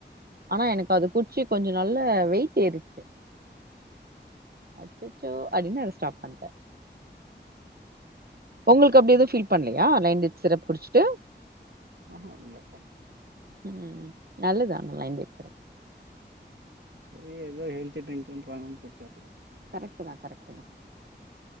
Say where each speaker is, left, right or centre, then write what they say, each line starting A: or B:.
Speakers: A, on the right; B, on the right.
A: ஆனா எனக்கு அது குட்ச்சி கொஞ்சம நல்ல வெய்ட் ஏறுச்சு அச்சச்சோ அப்டின்னு அத ஸ்டாப் பண்ணிட்ட உங்களுக்கு அப்டி எதுவு ஃபில் பண்லையா லைன்டேட் சிரப் குடிச்சுட்டு
B: ம்ஹு இல்லக்கா
A: ம் நல்லது ஆனா லைன்டேட் சிரப்
B: சரி ஏதோ ஹெல்த் டிரிங்கறாங்கன் குட்சர்ர
A: கரெக்ட்டு தா கரெக்டு தா